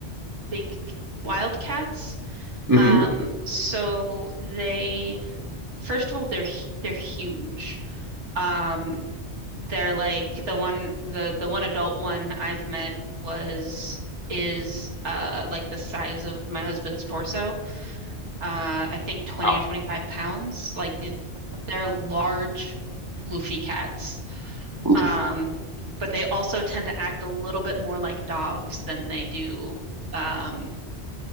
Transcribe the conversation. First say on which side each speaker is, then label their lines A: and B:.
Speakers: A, on the right; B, on the right.
A: big wildcats.
B: hmm
A: Um, so they, first of all, they're they're huge. Um, they're like the one the the one adult one I've met was is uh like the size of my husband's torso. Uh, I think 20
B: Wow.
A: or 25 pounds. Like the, They're large, floofy cats.
B: Poofy.
A: Um, but they also tend to act a little bit more like dogs than they do um,